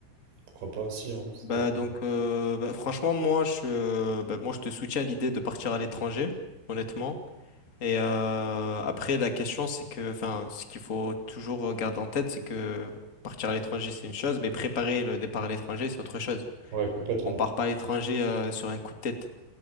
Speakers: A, on the right; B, on the left.
A: Pourquoi pas aussi, hein, c'est
B: Bah
A: peut-être.
B: donc, euh, bah, franchement, moi, je, euh, bah, moi, je te soutiens à l'idée de partir à l'étranger, honnêtement. Et euh, après, la question, c'est que, enfin, ce qu'il faut toujours garder en tête, c'est que partir à l'étranger, c'est une chose, mais préparer le départ à l'étranger, c'est autre chose.
A: Ouais, complètement.
B: On part pas à l'étranger euh, sur un coup de tête.